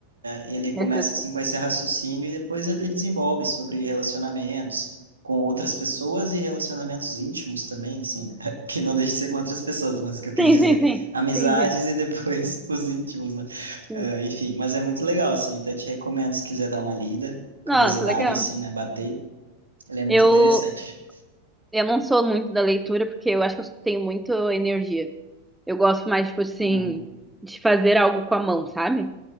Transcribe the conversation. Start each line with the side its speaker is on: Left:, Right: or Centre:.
Right: ele começa
Centre: Necessário.
Right: assim com esse raciocínio e depois ele desenvolve sobre relacionamentos com outras pessoas e relacionamentos íntimos também, assim, <laughs> que não deixa de ser com outras pessoas, mas que eu quis
Centre: Sim,
Right: dizer,
Centre: sim, sim.
Right: amizades
Centre: Entendi.
Right: e depois <laughs> os íntimos, né?
Centre: Sim.
Right: Eh, enfim, mas é muito legal, assim, até te recomendo se quiser dar uma lida,
Centre: Nossa,
Right: curiosidade,
Centre: legal.
Right: assim, né, bater, ele é muito
Centre: Eu,
Right: interessante.
Centre: Eu não sou muito da leitura porque eu acho que eu tenho muito energia. Eu gosto mais, tipo assim,
Right: Uhum.
Centre: de fazer algo com a mão, sabe?